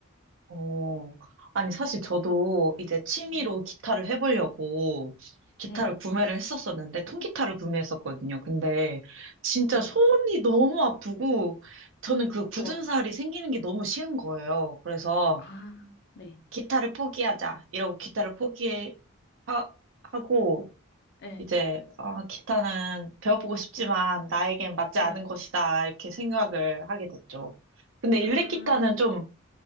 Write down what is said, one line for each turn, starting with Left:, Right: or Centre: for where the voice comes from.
Right: 어, 아니, 사실 저도 이제 취미로
Left: 네,
Right: 기타를 해보려고 기타를
Left: 네,
Right: 구매를 했었었는데, 통기타를 구매했었거든요. 근데 진짜
Left: 네.
Right: 손이 너무 아프고, 저는 그 굳은
Left: 저,
Right: 살이 생기는 게 너무 싫은 거예요. 그래서
Left: 아, 네,
Right: 기타를 포기하자. 이러고 기타를 포기하고,
Left: 네,
Right: 이제 어, 기타는 배워보고 싶지만 나에겐 맞지
Left: 네.
Right: 않은 것이다 이렇게 생각을 하게 됐죠. 근데 일렉
Left: 아,
Right: 기타는 좀